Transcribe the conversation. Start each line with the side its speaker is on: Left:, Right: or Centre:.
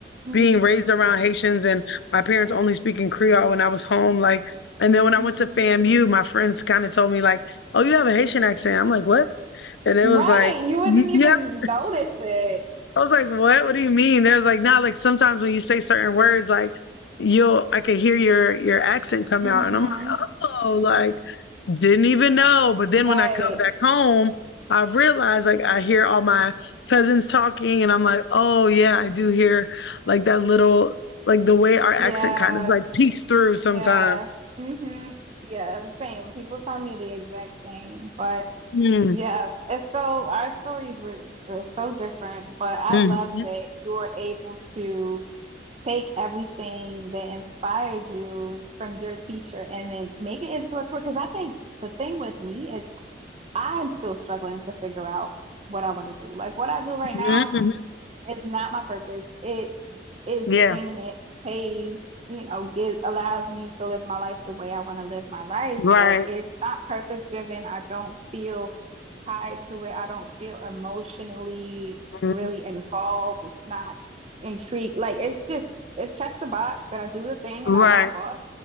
Right: hmm
Left: being raised around Haitians and my parents only speaking Creole when I was home, like and then when
Right: hmm
Left: I went to FAMU, my friends kind of told me like, "Oh, you have a Haitian accent." I'm like, "What?" And it
Right: Right.
Left: was like,
Right: You wouldn't
Left: "Yeah."
Right: even
Left: <laughs>
Right: notice it.
Left: I was like, "What? What do you mean?" There's like, "Nah." Like sometimes when you say certain words, like you'll I could hear your your accent come
Right: hmm
Left: out, and I'm like, "Oh, like didn't even know. But then
Right: Right.
Left: when I come back home, I realize like I hear all my cousins talking and I'm like, oh yeah, I do hear like that little like the way our accent
Right: Yeah.
Left: kind of like peeks through sometimes.
Right: Yeah. hmm Yeah, the same. People tell me the exact same. But
Left: Mm,
Right: yeah, it's so our stories were, were so different, but I
Left: mhm,
Right: love that you were able to take everything that inspired you from your teacher and then make it into a career. Because I think the thing with me is I'm still struggling to figure out what I want to do. Like what I do right
Left: mhm,
Right: now.
Left: mhm.
Right: It's not my purpose. It is
Left: Yeah.
Right: the thing that pays, you know, gives allows me to live my life the way I want to live my life,
Left: Right.
Right: but it's not purpose driven. I don't feel tied to it. I don't feel emotionally
Left: mhm,
Right: really involved. It's not intrigued. Like it's just it checks the box that I do the thing
Left: Right.
Right: and I log off.